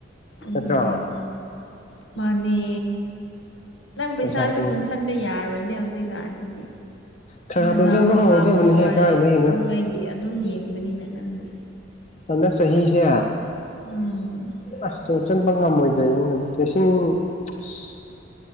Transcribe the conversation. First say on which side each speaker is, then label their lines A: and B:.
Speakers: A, on the left; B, on the left.
A: ꯑꯗꯨꯅꯦ
B: ꯅꯠꯇ꯭ꯔꯣ
A: ꯍꯣꯏ ꯃꯥꯅꯦ ꯅꯪ ꯄꯩꯁꯥꯁꯨ
B: ꯄꯩꯁꯥ ꯇꯨꯡ
A: ꯇꯨꯡꯁꯟꯕ ꯌꯥꯔꯣꯏꯅꯦ ꯍꯧꯖꯤꯛꯀꯥꯟꯁꯤꯗꯤ
B: ꯈꯔ
A: ꯅꯅꯥꯎꯅꯨꯄꯥꯈꯣꯏ
B: ꯈꯔ ꯇꯨꯡꯁꯤꯟꯕ ꯍꯧꯔꯗꯕꯅꯤꯍꯦ ꯀꯥꯏꯗꯒꯤꯅꯣ
A: ꯅꯣꯏꯒꯤ ꯑꯗꯨꯝ ꯌꯦꯡꯕꯅꯤꯅ ꯅꯪꯗꯤ
B: ꯍꯟꯗꯛ ꯆꯍꯤꯁꯦ
A: ꯎꯝ
B: ꯑꯁ ꯇꯨ ꯆꯟꯕ ꯉꯝꯃꯣꯏꯗꯣꯏꯅꯤꯅ ꯂꯤꯁꯤꯡ ꯑꯁ